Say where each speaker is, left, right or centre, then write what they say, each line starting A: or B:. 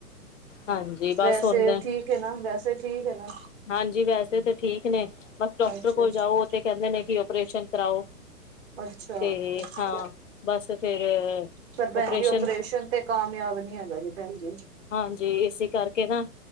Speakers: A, on the left (about 50°); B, on the right (about 40°).
A: ਹਾਂਜੀ ਬਸ
B: ਵੈਸੇ
A: ਹੁਣ
B: ਠੀਕ ਹੈ ਨਾ ਵੈਸੇ ਠੀਕ ਹੈ ਨਾ।
A: ਹਾਂਜੀ ਵੈਸੇ ਤਾਂ ਠੀਕ ਨੇ ਬਸ ਡਾਕਟਰ
B: ਅੱਛਾ
A: ਕੋਲ
B: ਅੱਛਾ
A: ਜਾਓ ਉਹ ਤੇ ਕਹਿੰਦੇ ਨੇ ਕਿ ਓਪਰੇਸ਼ਨ ਕਰਾਓ।
B: ਅੱਛਾ
A: ਤੇ
B: ਅੱਛਾ
A: ਹਾਂ ਬਸ ਫੇਰ
B: ਪਰ ਭੈਣ
A: ਓਪਰੇਸ਼ਨ
B: ਜੀ ਤੇ ਕਾਮਯਾਬ ਨੀ ਹੈਗਾ ਜੀ ਭੈਣ ਜੀ
A: ਹਾਂਜੀ ਇਸੇ ਕਰਕੇ ਨਾ।